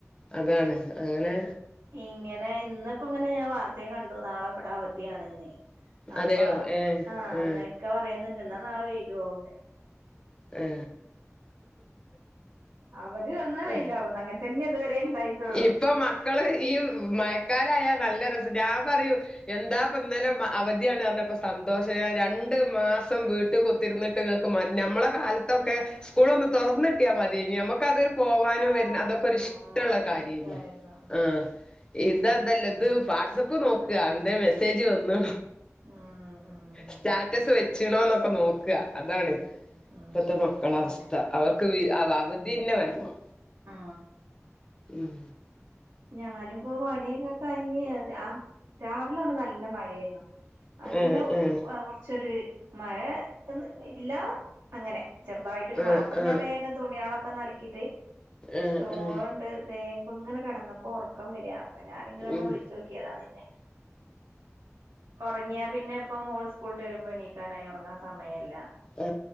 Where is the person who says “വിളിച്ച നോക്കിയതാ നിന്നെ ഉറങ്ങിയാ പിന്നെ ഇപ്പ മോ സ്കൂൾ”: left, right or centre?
Right